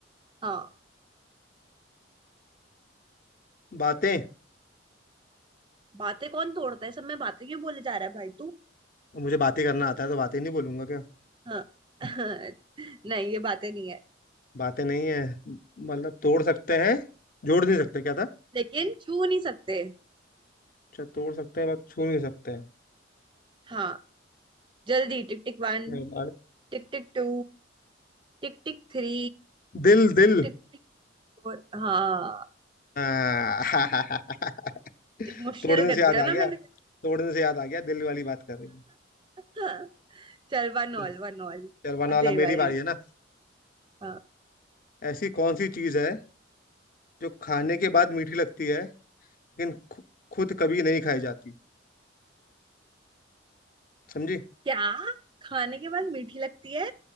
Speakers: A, on the right; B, on the left.
A: हाँ
B: बातें
A: बातें कौन तोड़ता है सब में बातें क्यों बोले जा रहा है भाई तू
B: मुझे बातें करना आता है तो बातें नहीं बोलूंगा क्या
A: हाँ <laughs> नहीं ये बातें नहीं है
B: <laughs> बातें नहीं है मतलब तोड़ सकते हैं जोड़ नहीं सकते क्या था
A: लेकिन छू नहीं सकते
B: अच्छा तोड़ सकते हैं बस छू नहीं सकते हैं
A: हाँ जल्दी tick tick one
B: अरे,
A: Tick tick two Tick tick three
B: दिल दिल
A: Tick tick four हाँ
B: हाँ, <laughs>
A: इमोशनल
B: तोड़ने से
A: कर
B: याद
A: दिया
B: आ
A: ना
B: गया
A: मैंने
B: तोड़ने से याद आ गया दिल वाली बात कर रही है
A: <laughs> चल वन ऑल
B: चल
A: वन ऑल
B: चल वरना
A: अब
B: वाला
A: तेरी
B: मेरी
A: बारी
B: बारी है ना
A: हाँ
B: ऐसी कौन सी चीज है जो खाने के बाद मीठी लगती है लेकिन खु- खुद कभी नहीं खाई जाती समझी
A: क्या खाने के बाद मीठी लगती है